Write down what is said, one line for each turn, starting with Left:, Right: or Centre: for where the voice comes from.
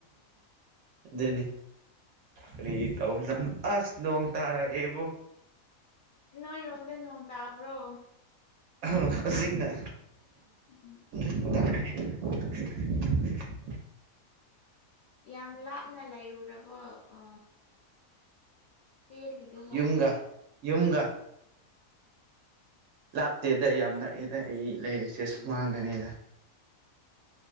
Right: ꯑꯗꯨꯅꯤ ꯀꯔꯤꯒꯤ ꯇꯧꯕꯖꯠꯅꯣ ꯑꯥꯁ ꯅꯣꯡꯇꯔꯥꯑꯦꯕꯣ
Left: ꯅꯣꯏꯔꯣꯝꯗ ꯅꯣꯡ ꯇꯥꯕ꯭ꯔꯣ
Right: <unintelligible> ꯑꯁꯤꯅ
Left: ꯎꯝ
Right: <unintelligible>
Left: ꯌꯥꯝ ꯂꯥꯞꯅ ꯂꯩꯔꯨꯔꯕꯣ ꯑ ꯄꯦꯜꯂꯤꯗꯨꯕꯣ
Right: ꯌꯨꯝꯒ ꯌꯨꯝꯒ ꯂꯥꯞꯇꯦꯗ ꯌꯥꯝ ꯅꯛꯑꯦꯗ ꯑꯩ ꯂꯩꯔꯤꯁꯦ
Left: ꯎꯝ
Right: ꯁꯨꯃꯥꯡꯗꯅꯦꯗ